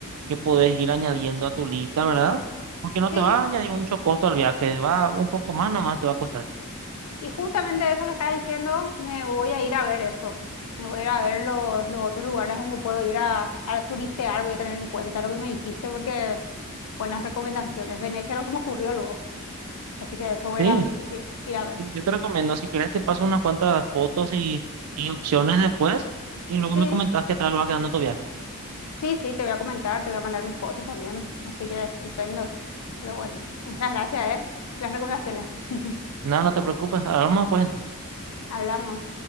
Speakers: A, on the right (about 75°); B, on the left (about 80°).
A: que podés ir añadiendo a tu lista, ¿verdad? Porque no
B: sí.
A: te va a añadir mucho costo al viaje, va un poco más nomás te va a costar.
B: Y justamente eso que estás diciendo, me voy a ir a ver eso. Me voy a ir a ver los, los otros lugares donde puedo ir a, a turistear. Voy a tener en cuenta lo que me dijiste porque buenas recomendaciones. Venecia no se me ocurrió luego. Así que eso voy
A: Sí,
B: a ir a, vi- ir a ver.
A: sí, yo te recomiendo, si querés te paso unas cuantas fotos y, y opciones después y luego
B: Sí.
A: me comentás qué tal va quedando tu viaje.
B: Sí, sí, te voy a comentar, te voy a mandar mis fotos también, así que estupendo. Pero bueno, muchas gracias, ¿eh? Las recomendaciones. <laughs>
A: Nada, no te preocupes, hablamos después entonces.
B: Hablamos.